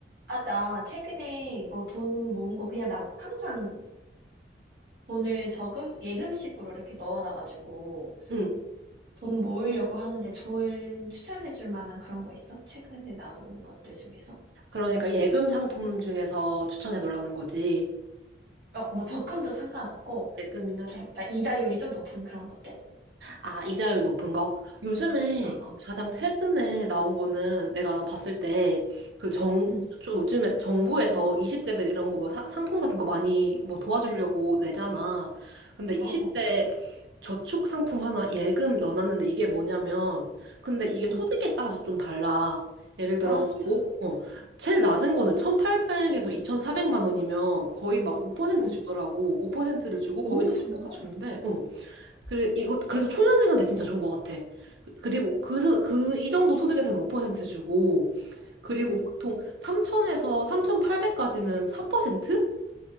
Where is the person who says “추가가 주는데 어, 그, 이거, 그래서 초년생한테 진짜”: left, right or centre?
Right